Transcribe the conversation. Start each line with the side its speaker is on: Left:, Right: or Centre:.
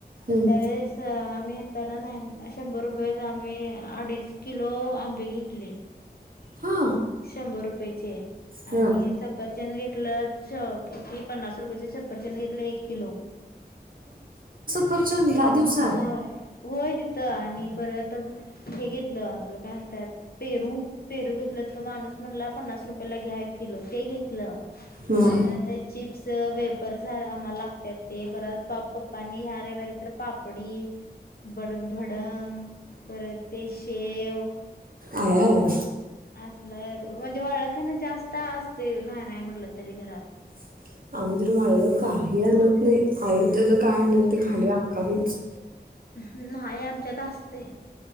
Right: हं.
Left: तर त्यावेळेस आम्ही त्यांना नाही शंभर रुपये आम्ही अडीच किलो आंबे घेतले
Right: हा
Left: शंभर रुपयचे
Right: हा
Left: आणि सपर घेतलं किती पन्नास रुपयाे छपर चेंद घेतलं एक किलो
Right: करचंद ह्या दिवसात
Left: होय. होय तिथं आणि परत हे घेतलं आपलं कायत पेरू पेरू घेतलं तो माणूस म्हटला पन्नास रुपयाेला घ्या किलो ते घेतलं
Right: हं.
Left: ता चिप्स वेपरस आम्हाला लागतात ते परत पप्पनी ह्या रे वारी तर पापडी परत भडंग परत ते शेव
Right: आया आया.
Left: असलय म्हणजे वाळखाण जास्त असते नाही नाही म्हटलं तरी घरात
Right: <inaudible> आम्ही तर वाळेला काही आणत नाही अयोध्येला काय आणल ते खाली अक्का बच,
Left: ह् नाही आमच्यात असते